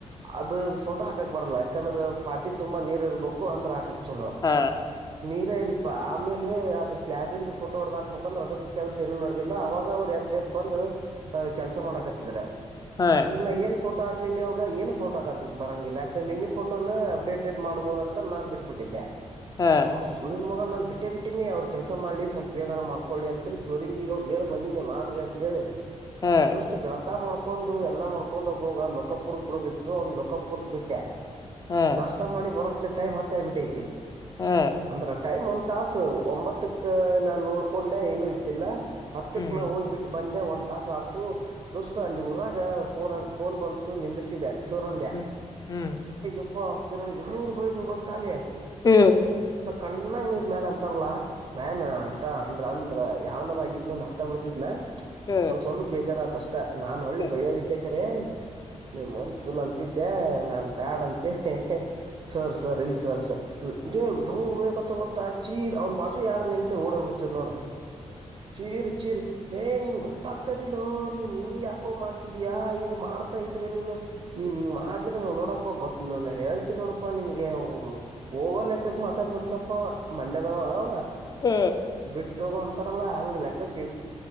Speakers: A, on the right; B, on the left.
A: ಅದು ಫೋಟೋ ಹಾಕಕ್ ಬರಲ್ಲ ಯಾಕಂದ್ರೆ ಪಾತಿ ತುಂಬಾ ನೀರ್ ಇರಬೇಕು ಅಂದ್ರೆ ಹಾಕಕ್ ಚಲೋ
B: ಹಾ
A: ನೀರೆ ಇಲ್ ಆಮೇಲೆ ಅದು ಸ್ಲಾಬಿಂದು ಇಂದು ಫೋಟೋ ಹೊಡ್ದ ಹಾಕ್ಬೇಕುಂದ್ರೆ ಅದ್ರ ಕೆಲಸ ಏನನು ನಡದಿಲ್ಲ ಅವಾಗ ಅವ್ರು ಎದ್ದ ಎದ್ ಬಂದು ಕೆಲಸ ಮಾಡಕತ್ತಿದ್ರ
B: ಹಾ ಹಾ
A: ಈಗ ನ ಏನ್ಫೋ ಫಟೋ ಹಾಕ್ಲಿ ಅವಾಗ ಏ ಫೋಟೋ ಹಾಕ್ಾಕ್ ಬರಂಗಿಲ್ಲ ಯಾಕಂದೆ ನಿನ್ನ ಫೋಟೋನ ಅಪ್ಡೇಟೆಡ್ ಮಾಡ್ಬಹುದು ಅಂತ ನಾನನ್ ಬಿಟ್ಬಿಟ್ಟಿದ್ದೆ
B: ಹಾ
A: ಹ ಮಗ ನಾನ್ ಬಿಟ್ಟೇ ಬಿಟ್ಟೀಿನಿ ಅವ್ರರು ಕೆಲಸ ಮಾಡ್ಲಿ ಸ್ವಲ್ಪ ಏನಾದಾರ ಮಾಡ್ಕೊಳ್ಳಿ ಅಂತೇಳಿ ಕ್ಯೂರಿಂಗಗೆಗ ಹೇಳಳ್ ಬಂದೀಿನಿ ಮಾಡ್ರಿ ಅಂತೇಳಿ
B: ಹಾ
A: ದೋಸ್ತ ಜ ಎಲ್ಲ ಮಾಡ್ಕೊಂಡು ಎಲ್ಲಾ ಮಾಡ್ಕೊಂಡ್ ಒಬ್ಬೋಗ ಲೊಕಪುರ್ಗ್ ಬಿಡುದದಿತ್ತು ಅವ್ನ್ ಲೊಕಪುರ್ಗ್ ಬಿಟ್ಟೆ
B: ಹಾ
A: ನಾಷ್ಟ ಮಾಡಿ ಬರತ್ಲೆ ಟೈಮ್ ಹತ್ತ ಆಬಿಟ್ಟೈತಿ
B: ಹಾ
A: ಅಂದ್ರ ಟೈಮ್ ತಾಸು ಒಂಬತಕ್ಕ ನಾನ್ ನೋಡ್ಕೊಂಡೆ ಏನು ಇದ್ದಿಲ್ಲ ಹತ್ತಕ್
B: ಹ್ಮ್
A: ನಾ ಹೋಗ್ ಬಿಟ್ಟು ಬಂದ ಒಂದ್ ತಾಸ ಆತು ದೋಸ್ತ ಅಲ್ಲಿ ಊರಾಗ ಫೋನ್ ಫೋನ್ ಬಂತು ನಿಂದಿಸಿದೆ ಸೂರಂದೆ
B: ಹ್ಮ್ ಹ್ಮ್
A: ಎಪ್ಪ ಕಿರಣ್ ಹೆಂಗ್ ಬಯ್ದನ್ ಗೊತ್ತಾಲಿ
B: ಹ್ಮ್
A: ಕಣ್ಣಾಗ ನೀರ್ ಮ್ಯಾಲ ಅಂತರಲ್ಲ ನನ್ ಅಂತ ಅಂದ್ರ ಅ ಯಾವ್ನಾರ ಆಗಿದ್ ನ ಹತ್ತ ಬಿಡ್ತಿದ್ ನಂಗ್
B: ಹಾ ಹಾ ಹಾ
A: ಸ್ವಲ್ಪ ಬೇಜಾರ ಆತಷ್ಟ ತ್ತ ನಾನ್ ಒಳ್ಳೆ
B: ಹಾ
A: ಭಯವಿದ್ದೆ ಕರೆ ನಿಮ್ಮ ಮಮ ತುಲ್ ಅಂತಿದ್ದೆ ನಾನ್ ಬ್ಯಾಡ ಅಂತೀ ಸೋರ್ ಸೋರ್ ಇಲ್ ಸೋರ್ಸರ್ ದೇ್ಂಗ್ ಬೇಕತ್ತಂಗೊತ್ತ ಚೀರ್ ಅವ್ನ್ ಬಾಜು ಯಾರ ನಿಂತ ಓಡೇ ಬಿಡ್ತರ್ ನೋಡ ಚೀರ್ ಚೀರ್ ಏ ನಿನ್ ಗೊತ್ತಾಗ್ತದಿಲ್ಲೋ ನೀನ್ ಹಿಂಗ್ ಯಾಕೋ ಮಾಡ್ತಿದ್ಯಾಾ ಹಿಂಗ್ ಮಾಡ್ತಾ ಇದ್ರೆ ನೀನು ನೀನ್ ಹಿಂಗ ಮಾಡಿದ್ರೆ ನಾ ನೋಡಪ್ಪ ಗೊ ಹೇಳ್ತಿ ನೋಡಪ್ಪಾ ನನ್ಗೆ ಹಓೋಗ ಲೆಕ್ಕಕ್ ಮಾತಾಡ್ಬಿಟ್ಟನ ಮಂಡ್ಯದಾವ
B: ಹಾ ಹಾ
A: ಬಿಟ್ಟೋಗ ಒಂತಾರಲ್ಲ ಲೆಕ್ಕಕ್ಕ್